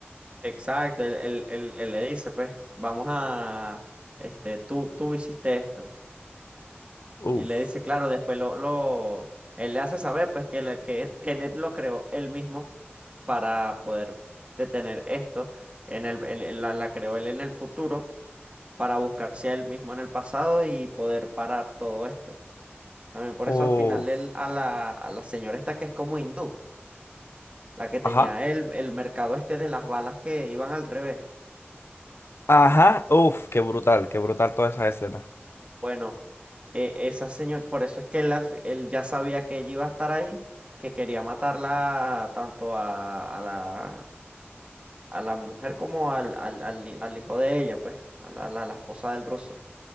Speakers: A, on the right; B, on the left.
A: Exacto, él, él- él- él le dice, pues, vamos a, este, tú, tú hiciste esto.
B: Uf,
A: Y le dice, claro, después lo, lo, él le hace saber, pues, que, la- que <laughs> Tenet lo creó él mismo para poder detener esto. En el, en- en la, la creó él en el futuro para buscarse a él mismo en el pasado y poder parar todo esto. También por eso
B: uf.
A: al final él, a la, a la señora esta que es como hindú, la que tenía
B: Ajá.
A: él, el mercado este de las balas que iban al revés.
B: Ajá, uf, qué brutal, qué brutal toda esa escena.
A: Bueno. e- esa señora, por eso es que él, al fi- él ya sabía que ella iba a estar ahí, que quería matarla tanto a, a la, a la mujer como al, al, al ni- al hijo de ella, pues, a la, la- la esposa del ruso.